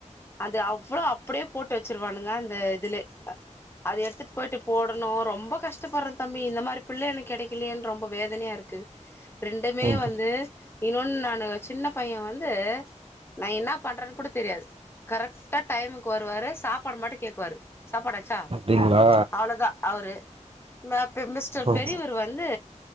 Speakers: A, on the left; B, on the right.
A: அது அவ்ளோ அப்டியே போட்டு வச்சிருவானுங்க அந்த இதுலே அது எடுத்துட்டு போயிட்டு போடணு ரொம்ப கஷ்டப்பட்றே தம்பி இந்த மாரி பிள்ள எனக்கு கெடைக்கலயேன்னு ரொம்ப வேதனையா இருக்கு ரெண்டுமே
B: ம்
A: வந்து இன்னொன்னு நானு சின்ன பைய வந்து நா என்னா பண்றன்னு கூட தெரியாது கரெக்டா டைமுக்கு வருவாரு சாப்பாடு மட்டு கேக்குவாரு சாப்பாடாச்சா
B: அப்டிங்களா
A: அவ்ளோதா அவுரு ம பெ மிஸ்டர்
B: ம்
A: பெரியவரு வ வந்து